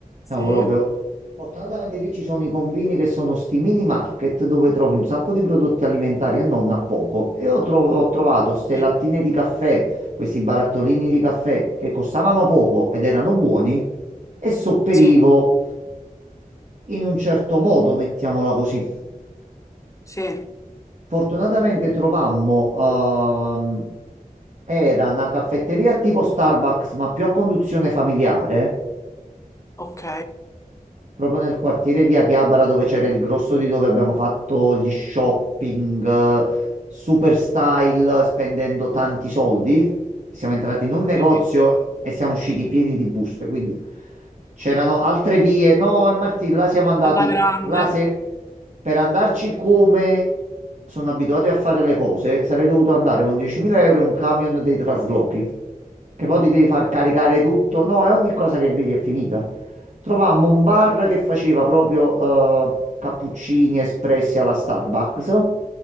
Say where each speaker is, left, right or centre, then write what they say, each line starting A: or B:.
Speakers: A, on the right; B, on the left.
A: Siamo
B: Sì,
A: proprio. Fortunatamente lì ci sono i combini che sono sti mini market dove trovi un sacco di prodotti alimentari e non a poco. E ho, tro- ho trovato ste
B: sì,
A: lattine di caffè, questi barattolini di caffè che costavano poco ed erano buoni e sopperivo
B: sì,
A: in un certo modo, mettiamola così.
B: sì,
A: Fortunatamente trovammo, ehm, era una caffetteria tipo Starbucks, ma più a conduzione familiare.
B: ok,
A: proprio nel quartiere di Akihabara dove c'era il grosso di dove abbiamo fatto gli shopping, eh, super style, spendendo tanti soldi. Siamo entrati in un negozio
B: ok.
A: e siamo usciti pieni di buste, quindi c'erano altre vie. No, Martì, là siamo andati,
B: Alla grande,
A: là se per andarci come sono abituati a fare le cose, sarei dovuto andare con 10.000 euro e un camion dei traslochi. Che poi ti devi far caricare tutto. No, e ogni cosa che vedi è finita. Trovammo un bar che faceva proprio eh, cappuccini espressi alla Starbucks.